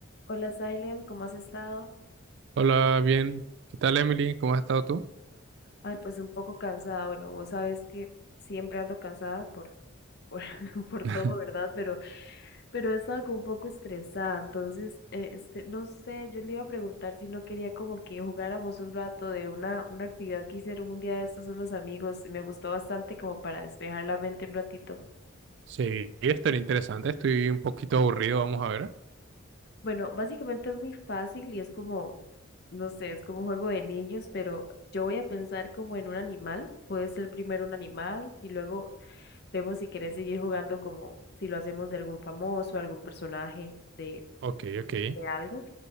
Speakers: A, on the left; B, on the right.
A: Hola, Silent, ¿cómo has estado?
B: Hola, bien. ¿Qué tal, Emily? ¿Cómo has estado tú?
A: Ay, pues un poco cansada. Bueno, vos sabes que siempre ando cansada por, por, <laughs> por
B: <laughs>
A: todo, ¿verdad? Pero, pero he estado como un poco estresada. Entonces, eh, este, no sé, yo le iba a preguntar si no quería como que jugáramos un rato de una, una actividad que hicieron un día de estos unos amigos. Me gustó bastante como para despejar la mente un ratito.
B: Sí, esto era interesante. Estoy un poquito aburrido. Vamos a ver.
A: Bueno, básicamente es muy fácil y es como, no sé, es como un juego de niños, pero yo voy a pensar como en un animal. Puede ser primero un animal y luego vemos si querés seguir jugando como si lo hacemos de algún famoso, algún personaje de,
B: Ok, ok.
A: de de algo.